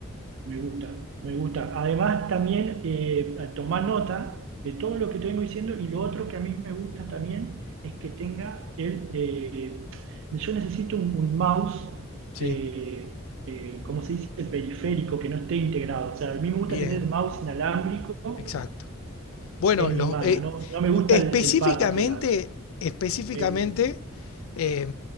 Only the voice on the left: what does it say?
Sí,
bien,
exacto. Bueno,
los-
eh,
ju-
específicamente,
específicamente,
eh,